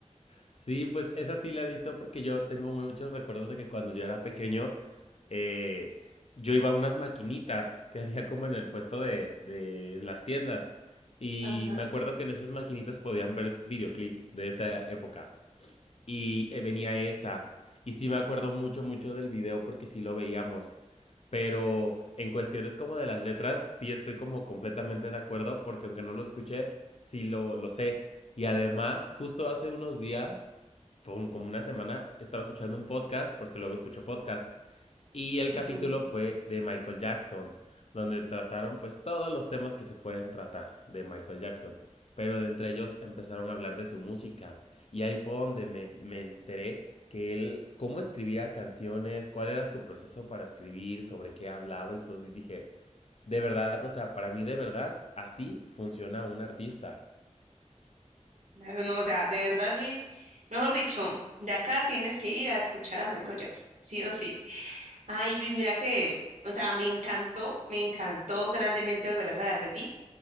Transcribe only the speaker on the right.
Ajá,
ujú.
Claro, no, o sea, de verdad, Luis, mejor dicho, de acá tienes que ir a escuchar a Michael Jackson, sí o sí. Ay, Luis, mira que, o sea, me encantó, me encantó grandemente volver a saber de ti.